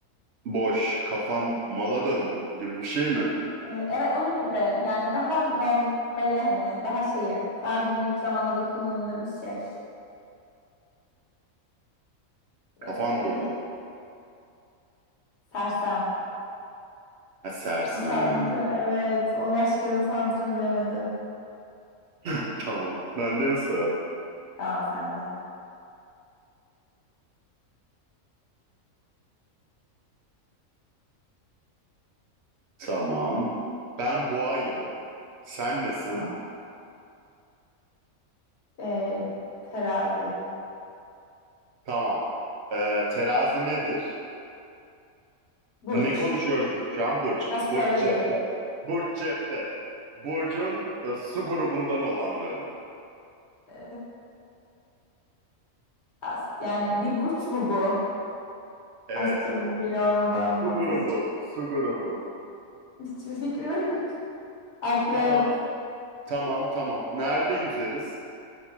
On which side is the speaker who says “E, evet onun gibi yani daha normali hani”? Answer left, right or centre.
Left